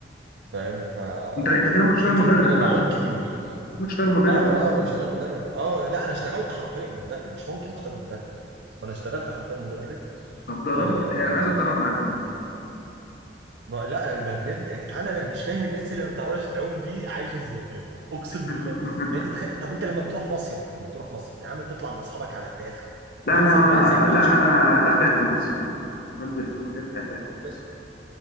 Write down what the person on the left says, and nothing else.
انت انت كده ممكن تشتغل مدرب
دلوقتي
ممكن تشتغل مدرب
دلوقتي.
طب دربني
انا عايز اتدرب معاك والنبي
<laughs>
لا
انا
انا لا
انا انا لا باكل بس يعني بصراحه بنزل في الاوتيل بقى باكل
بس يعني